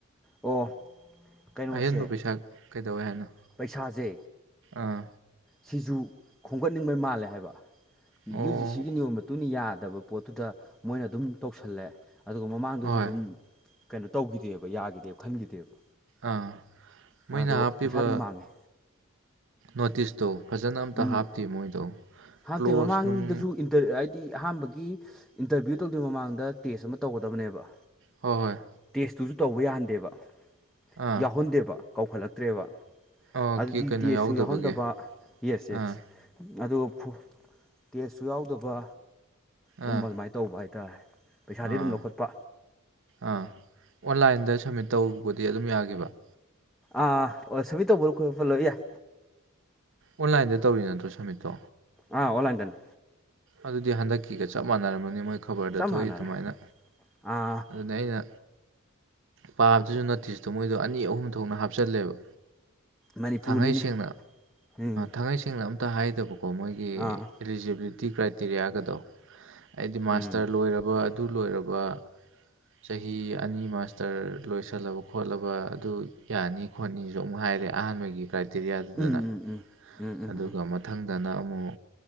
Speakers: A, in the centre; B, on the right.
A: ꯑꯣ ꯀꯩꯅꯣꯁꯦ
B: ꯑꯍꯦꯟꯕ ꯄꯩꯁꯥ ꯀꯩꯗꯧꯋꯦ ꯍꯥꯏꯅꯣ
A: ꯄꯩꯁꯥꯁꯦ
B: ꯑꯥ
A: ꯁꯤꯁꯨ ꯈꯣꯝꯒꯠꯅꯤꯡꯕꯩ ꯃꯥꯜꯂꯦ ꯍꯥꯏꯕ
B: ꯑꯣ
A: ꯌꯨ ꯖꯤ ꯁꯤꯒꯤ ꯅꯤꯌꯣꯝ ꯃꯇꯨꯡꯟꯅ ꯌꯥꯗꯕ ꯄꯣꯠꯇꯨꯗ ꯃꯣꯏꯅ ꯑꯗꯨꯝ ꯇꯧꯁꯜꯂꯑꯦ ꯑꯗꯨꯒ ꯃꯃꯥꯡꯗꯁꯨ
B: ꯍꯣꯏ
A: ꯑꯗꯨꯝ ꯀꯩꯅꯣ ꯇꯧꯈꯤꯗꯦꯕ ꯌꯥꯈꯤꯗꯦꯕ ꯈꯟꯈꯤꯗꯦꯕ
B: ꯑꯥ
A: ꯑꯗꯣ
B: ꯃꯣꯏꯅ ꯍꯥꯞꯄꯤꯕ
A: ꯄꯩꯁꯥ ꯑꯗꯨꯝ ꯃꯥꯡꯉꯦ
B: ꯅꯣꯇꯤꯁꯇꯣ ꯐꯖꯅ ꯑꯝꯇ
A: ꯎꯝ
B: ꯍꯥꯞꯇꯦ ꯃꯣꯏꯗꯣ
A: ꯍꯥꯞꯇꯦ
B: ꯀ꯭ꯂꯣꯁ
A: ꯃꯃꯥꯡꯗꯁꯨ
B: ꯅꯨꯡ
A: ꯇ ꯍꯥꯏꯗꯤ ꯑꯍꯥꯟꯕꯒꯤ ꯏꯟꯇꯔꯚꯤꯌꯨ ꯇꯧꯗ꯭ꯣꯏꯩ ꯃꯃꯥꯡꯗ ꯇꯦꯁ ꯑꯃ ꯇꯧꯒꯗꯕꯅꯦꯕ
B: ꯍꯣꯏ ꯍꯣꯏ
A: ꯇꯦꯁꯇꯨꯁꯨ ꯇꯧꯕ ꯌꯥꯍꯟꯗꯦꯕ
B: ꯑꯥ
A: ꯌꯥꯎꯍꯟꯗꯦꯕ ꯀꯧꯈꯠꯂꯛꯇ꯭ꯔꯦꯕ
B: ꯑꯣ
A: ꯑꯗꯨꯗꯤ
B: ꯀꯤ ꯀꯩꯅꯣ
A: ꯇꯦꯁꯁꯨ
B: ꯌꯥꯎꯗꯕꯒꯤ
A: ꯌꯥꯎꯍꯟꯗꯕ ꯌꯦꯁ ꯌꯦꯁ
B: ꯑꯥ
A: ꯑꯗꯨꯒ ꯇꯦꯁꯁꯨ ꯌꯥꯎꯗꯕ ꯑꯗꯨꯝ
B: ꯑꯥ
A: ꯑꯗꯨꯃꯥꯏꯅ ꯇꯧꯕ ꯍꯥꯏꯇꯥꯔꯦ ꯄꯩꯁꯥꯗꯤ
B: ꯑꯥ
A: ꯑꯗꯨꯝ ꯂꯧꯈꯠꯄ
B: ꯑꯥ ꯑꯣꯟꯂꯥꯏꯟꯗ ꯁꯝꯃꯤꯠ ꯇꯧꯕꯗꯤ ꯑꯗꯨꯝ ꯌꯥꯒꯤꯈꯤꯕ
A: ꯑꯥ ꯑꯣ ꯁꯨꯕꯤ ꯇꯧꯕꯔꯣ ꯈꯜꯂꯣ ꯌꯥꯏ
B: ꯑꯣꯟꯂꯥꯏꯟꯗ ꯇꯧꯔꯤ ꯅꯠꯇ꯭ꯔꯣ ꯁꯝꯃꯤꯠꯇꯣ
A: ꯑꯥ ꯑꯣꯟꯂꯥꯏꯟꯗꯅꯤ
B: ꯑꯗꯨꯗꯤ ꯍꯟꯗꯛꯀꯤꯒ ꯆꯞ ꯃꯥꯟꯅꯔꯝꯃꯅꯤ ꯃꯣꯏ ꯈꯕꯔꯗ
A: ꯆꯞ
B: ꯊꯣꯛꯏ
A: ꯃꯥꯟꯅꯔꯦ
B: ꯑꯗꯨꯃꯥꯏꯅ
A: ꯑꯥ
B: ꯑꯗꯨꯅ ꯑꯩꯅ ꯄꯥꯕꯗꯨꯁꯨ ꯅꯠꯇꯤꯁꯇꯣ ꯃꯣꯏꯗꯣ ꯑꯅꯤ ꯑꯍꯨꯝ ꯊꯣꯛꯅ ꯍꯥꯞꯆꯜꯂꯦꯕ
A: ꯃꯅꯤꯄꯨꯔꯅꯤꯅꯦ
B: ꯊꯥꯡꯃꯩ ꯁꯦꯡꯅ
A: ꯎꯝ
B: ꯊꯥꯡꯃꯩ ꯁꯦꯡꯅ ꯑꯝꯇ ꯍꯥꯏꯗꯕꯀꯣ ꯃꯣꯏꯒꯤ
A: ꯑꯥ
B: ꯏꯂꯤꯖꯤꯕꯤꯂꯤꯇꯤ ꯀ꯭ꯔꯥꯏꯇꯦꯔꯤꯌꯥꯒꯗꯣ ꯍꯥꯏꯗꯤ ꯃꯥꯁꯇꯔ
A: ꯎꯝ
B: ꯂꯣꯏꯔꯕ ꯑꯗꯨ ꯂꯣꯏꯔꯕ ꯆꯍꯤ ꯑꯅꯤ ꯃꯥꯁꯇꯔ ꯂꯣꯏꯁꯜꯂꯕ ꯈꯣꯠꯂꯕ ꯑꯗꯨ ꯌꯥꯅꯤ ꯈꯣꯠꯅꯤꯁꯨ ꯑꯃꯨꯛ ꯍꯥꯏꯔꯦ ꯑꯍꯥꯟꯕꯒꯤ ꯀ꯭ꯔꯥꯏꯇꯦꯔꯤꯌꯥꯗꯨꯗꯅ
A: ꯎꯝ ꯎꯝ ꯎꯝ ꯎꯝ ꯎꯝ
B: ꯑꯗꯨꯒ
A: ꯎꯝ
B: ꯑꯃꯥ ꯃꯊꯪꯗꯅ ꯑꯃꯨꯛ